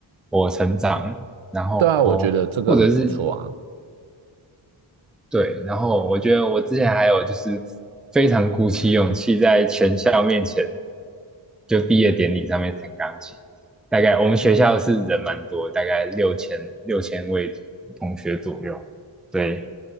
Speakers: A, in the centre; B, on the right.
A: 我成长了然后
B: 对啊，我觉得这个很不错啊。
A: 或者是对，然后我觉得我之前还有就是非常鼓起勇气在全校面前就毕业典礼上面弹钢琴。大概我们学校是人蛮多，大概六千六千位同学左右，对，